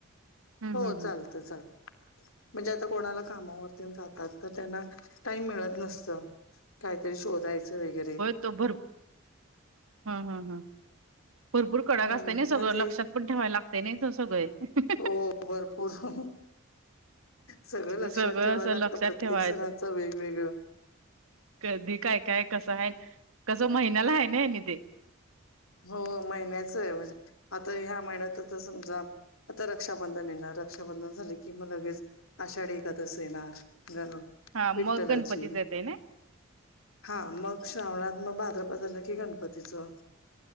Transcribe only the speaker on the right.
हम्
हम्
हम
भर हा हा हा भरपूर कडाक
अस
सगळ
लक्षात पण ठेवाय लागत नाही त सगळं ह्.
सगळं
असं
लक्षात
ठेवायचं
कधी काय काय कसं आहे कसं महिन्याला आहे ना आहे नि तेे
हा
मग गणपतीच येतय ना